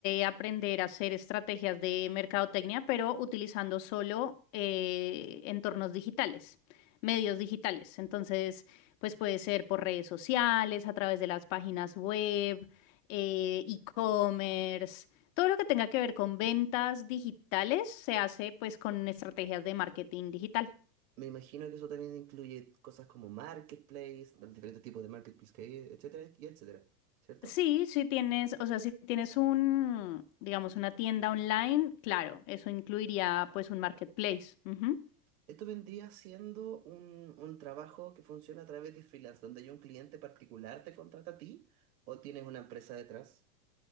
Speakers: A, on the left; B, on the right.
A: aprender a hacer estrategias de mercadotecnia, pero utilizando solo eh, entornos digitales, medios digitales. Entonces, pues puede ser por redes sociales, a través de las páginas web, eh, e-commerce, todo lo que tenga que ver con ventas digitales se hace pues con estrategias de marketing digital.
B: Me imagino que eso también incluye cosas como marketplace, los diferentes tipos de marketplace que hay, etcétera, y etcétera, ¿cierto?
A: Sí, si tienes, o sea, si tienes un, digamos, una tienda online, claro, eso incluiría pues un marketplace. Ujú.
B: Esto vendría siendo un, un trabajo que funciona a través de freelance, donde hay un cliente particular te contrata a ti o tienes una empresa detrás,